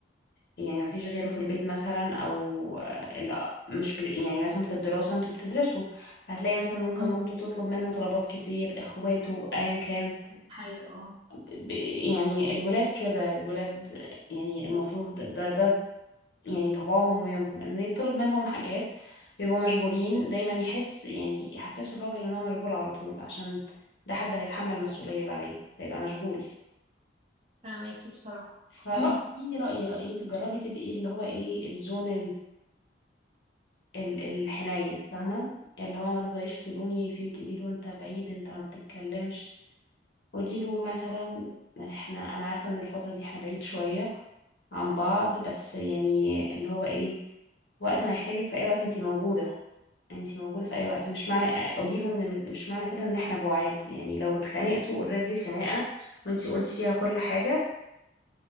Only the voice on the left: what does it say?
يعني ما فيش غيره في البيت مثلا او ال- مش بي يعني مثلا في الدراسة انتوا بتدرسوا فهتلاقي مثلا ممكن
مامته تطلب منه طلبات كتير اخواته ايا كان
ب- يعني الولاد كده الولاد يعني المفروض ده ده يعني طبعهم ويومهم ان يطلب منهم حاجات بيبقوا مشغولين دايما يحس يعني يحسسوا الراجل ان هو مشغول على طول عشان ده حد هيتحمل المسؤولية بعدين هيبقى مشغول
فرأيي
رأيي رأيي تجربي تبقي اللي هو ايه الزون ال- الحنين فاهمة اللي هو ما تفضليش تلومي فيه وتقولي له انت بعيد انت ما بتتكلمش قولي له مثلا احنا انا عارفة ان الفترة دي احنا بعيد شوية عن بعض بس يعني اللي هو ايه وقت ما يحتاجك في اي وقت انتي موجودة انتي موجودة في اي وقت مش معنى قولي له ان م- مش معنى كده ان احنا بعاد يعني لو اتخانقتوا اوريدي خناقة وانتي قلتي فيها كل حاجة